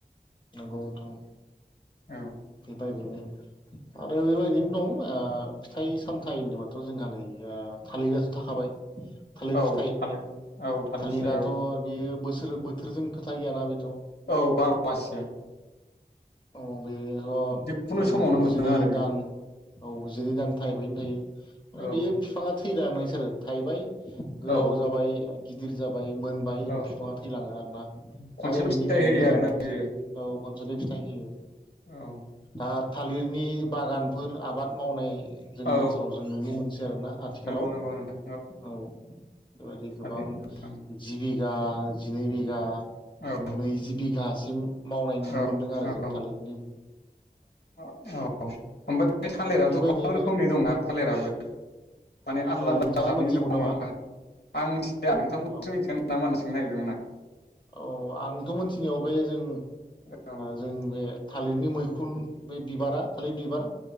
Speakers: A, on the left; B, on the left.
A: नंगौ नोंथां
B: औ
A: बेबायदिनो आरो बेबायदिनो दं ओ फिथाइ सामथायाइ होनदोबाथ' जोंहा ओ नै थालिरआसो थाखाबाय थालिर
B: औ
A: फिथाइ
B: थालिर औ थालिर
A: थालिराथ'
B: फिथाइ औ
A: बियो बोसो <unintelligible> बोथोरजों खोथा गोया ना बे
B: औ बार' मास से
A: औ बेयोथ'
B: जिखुनु
A: उम
B: समावनो मोनो
A: जिनै
B: आरो बेखौ
A: दान औ जिनै दान थायबायनो थायो
B: औ
A: बियो फिफांआ थो <unintelligible> थाइबाय गोलाव
B: औ
A: जाबाय गिदिर जाब बाइ मोनबाय
B: औ
A: बिफांआ थैलाङोना
B: खनसेल'
A: आरो
B: फिथाइ
A: बेनिफ्रायनो
B: होयो
A: गोदान
B: आरोना
A: मोनसे
B: बेयो
A: औ जिले फिथ थाइ होयो
B: औ
A: आ थालिरनि बागानफोर आबाद मावनाय जोंनि
B: औ
A: ओनसोलाव जों नुनो मोनसै आरोना आथिखालाव
B: नंगौ नंगौ नोंथां
A: औ बेबायाददि गोबां
B: थालिरनि बागान
A: जि बिघा जिनै बिघा
B: औ
A: नैजि बिघा जों मावनाय नुनो
B: औ
A: मोन्दों आरो
B: औ
A: जों थालिर नि
B: औ ओमफ्राय बे थालिराथ'
A: बेबायदियैनो
B: गोबां रोखोमनि दं ना थालिराबो माने आलदा
A: औ
B: आलदा
A: नोंथाङा
B: जादनि
A: मोनथिगौ
B: दङ
A: नामा
B: नङा होमबा आं मिथिया नोंथांखौसो
A: औ
B: मिथिगोन नामा होनना सों सोंनो नागिरदोंमोन आं
A: औ आंथ' मोनथिनायाव बे जों
B: आं औ
A: जों बे थालिरनि मैखुन बे बिबारा थालिर बिबार